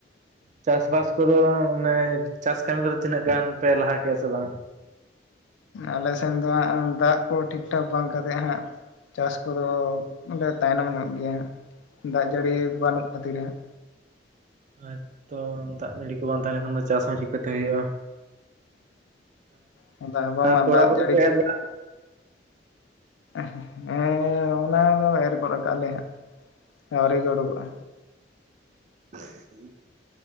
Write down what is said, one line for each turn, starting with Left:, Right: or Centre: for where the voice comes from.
Right: ᱪᱟᱥ ᱵᱟᱥ ᱠᱚᱫᱚ ᱢᱟᱱᱮ ᱪᱟᱥ ᱠᱟᱹᱢᱤ ᱠᱚᱫᱚ ᱛᱤᱱᱟᱹᱜ ᱜᱟᱱ ᱯᱮ ᱞᱟᱦᱟ ᱠᱮᱜᱟ ᱥᱮ ᱵᱟᱝ?
Left: ᱟᱞᱮ ᱥᱮᱱ ᱫᱚ ᱦᱟᱸᱜ ᱫᱟᱜ ᱠᱚ ᱴᱷᱤᱠ ᱴᱷᱟᱠ ᱵᱟᱝ ᱠᱟᱛᱮᱜ ᱦᱟᱸᱜ ᱪᱟᱥ ᱠᱚᱫᱚ ᱛᱟᱭᱱᱚᱢ ᱧᱚᱜ ᱜᱮᱭᱟ ᱦᱟᱸᱜ, ᱫᱟᱜ ᱡᱟᱹᱲᱤ ᱵᱟᱹᱱᱩᱜ ᱠᱷᱟᱹᱛᱤᱨ ᱦᱟᱸᱜ᱾
Right: ᱦᱮᱸ ᱛᱚ ᱫᱟᱜ ᱡᱟᱹᱲᱤ ᱠᱚ ᱵᱟᱝ ᱛᱟᱦᱮᱸ ᱞᱮᱱᱠᱷᱟᱱ ᱫᱚ ᱪᱟᱥ ᱦᱚᱸ ᱪᱤᱠᱟᱹᱛᱮ ᱦᱳᱭᱳᱜ-ᱟ᱾
Left: ᱦᱮᱸ ᱟᱫᱚ ᱟᱵᱚ ᱢᱟ
Right: ᱛᱚᱲᱟ
Left: ᱫᱟᱜ
Right: ᱠᱚᱫᱚ
Left: ᱡᱟᱹᱲᱤ
Right: ᱯᱮ
Left: ᱪᱮ
Right: ᱮᱨ ᱵᱟᱲᱟ
Left: ᱦᱮᱸ ᱚᱱᱟ ᱫᱚ ᱮᱨ ᱜᱚᱫ ᱠᱟᱜᱟᱞᱮ ᱦᱟᱸᱜ ᱟᱹᱣᱨᱤ ᱜᱮ ᱳᱲᱳᱠᱚᱜ-ᱟ᱾
Right: <inaudible>